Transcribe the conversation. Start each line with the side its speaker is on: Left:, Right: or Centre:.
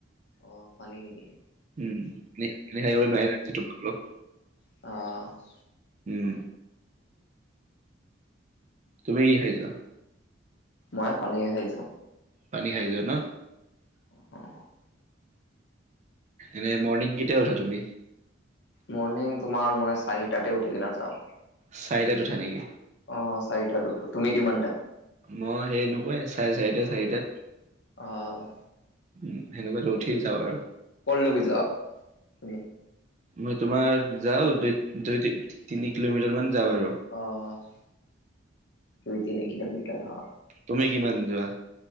Left: অ' পানী নেকি?
Right: উম নোৱাৰি
Left: অ
Right: <unintelligible>
Left: অ'
Right: উম। তুমি কি খাই যোৱা?
Left: মই পানীৰে খাই যাওঁ।
Right: পানী খাই যোৱা ন?
Left: অ'
Right: এনে মৰ্ণিং কেতিয়া উঠা তুমি?
Left: মৰ্ণিং তোমাৰ মই চাৰিটাতে উঠি কিনা যাওঁ।
Right: চাৰিটাত উঠা নেকি?
Left: অ' চাৰিটাত উঠো, তুমি কিমানটাত?
Right: মই সেইনেকুৱাই চাৰে চাৰিটা চাৰিটাত।
Left: অ'
Right: উম সেনেকুৱাতে উঠি যাওঁ আৰু।
Left: কৰ লৈকে যাৱ? <inaudible>
Right: মই তোমাৰ যাওঁ দুই দুই তি তিনি কিলোমিটাৰ মান যাওঁ আৰু।
Left: অ' দুই তিনি কিলোমিটাৰ অ'।
Right: তুমি কিমান যোৱা?